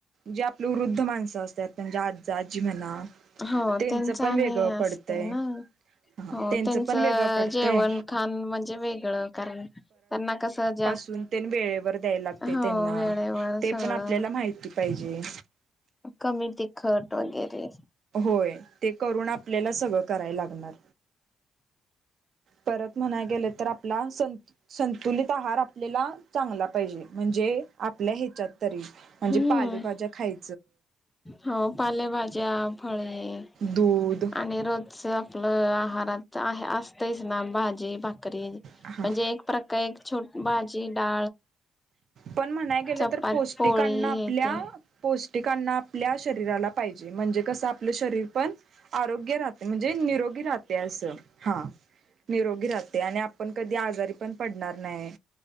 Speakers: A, on the right; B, on the left.
A: जे आपली वृद्ध माणसं असतात म्हणजे आ जा आजी म्हणा.
B: हो
A: त्यांच
B: त्यांचा
A: पण
B: आणि
A: वेगळं पडतंय.
B: असते ना
A: हा
B: हो त्यांचं
A: पण वेगळं पडतंय
B: जेवण खाान म्हणजे वेगळं कारण त्यांना कसं जास्त
A: सुन तेन वेळेवर द्याय लागते
B: हो
A: त्यांना
B: वेळेवर
A: ते
B: सगळं
A: पण आपल्याला माहिती पाहिजे.
B: कमी तिखट वगैरे
A: होय ते करून आपल्याला सगळं कराय लागणार. परत म्हणाय गेले तर आपला स संतुलित आहार आपल्याला चांगला पाहिजे. म्हणजे आपल्या ह्याच्यात तरी म्हणजे
B: हम्म
A: पालेभाज्या खाय
B: हो पालेभाज्या फळे
A: दूध
B: आणि रोजचं आपलं आहारात आहे असतंयच ना. भाजी भाकरी म्हणजे
A: हां
B: एक प्रकार छट भाजी डा
A: पण म्हणाय गेलं
B: चपात
A: तर पोस्ट
B: पोळी
A: पिकांना आपल्या
B: हे ते
A: पौष्टिकांना आपल्या शरीराला पाहिजे. म्हणजे कसं आपलं शरीर पण आरोग्य राहते. म्हणजे निरोगी राहते असं हा. निरोगी राहते आणि आपण कधी आजारी पण पडणार नाही.